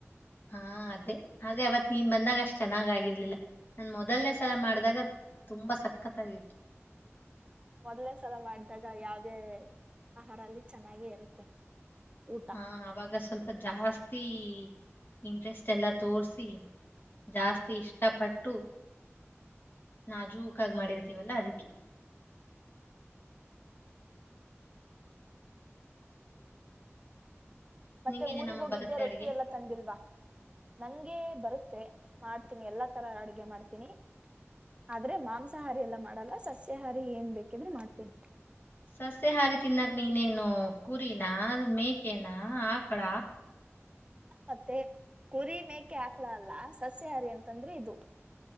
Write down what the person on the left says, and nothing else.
ಹಾ ಅದೇ ಆದೆ ಅವತ್ ನೀನ್ ಬಂದಾಗ ಅಷ್ಟ್ ಚೆನ್ನಾಗ್ ಆಗಿರ್ಲಿಲ್ಲ ನನ್ ಮೊದಲನೇ ಸಲ ಮಾಡಿದಾಗ ತುಂಬಾ ಸಕ್ಕತ್ತಾಗಿತ್ತು
ಹಾ ಅವಾಗ ಸ್ವಲ್ಪ ಜಾಸ್ತಿ ಇಂಟ್ರೆಸ್ಟ್ ಎಲ್ಲ ತೋಸಿ ಜಾಸ್ತಿ
ಇಷ್ಟಪಟ್ಟ ನಾಜೂಕಾಗಿ ಮಾಡಿರ್ತೀವಲ್ಲಾ ಅದಿಕ್ಕೆ
ನಿಂಗೇನೆ
ನಮ್ಮ
ಬರುತ್ತೆ
ಅಡ್ಗೆ
ಸಸ್ಯ ಹಾರಿ ತಿನ್ನಕ್ ನೀನೇನು ಕುರಿನಾ ಮೇಕೆನಾ ಆಕಳ